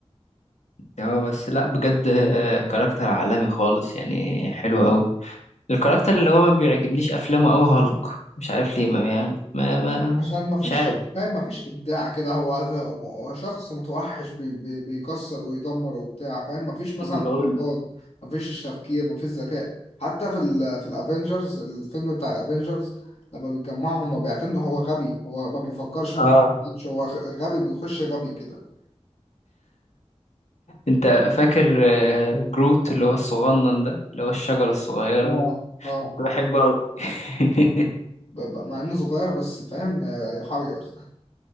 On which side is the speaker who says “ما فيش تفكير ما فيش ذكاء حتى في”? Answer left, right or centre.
Left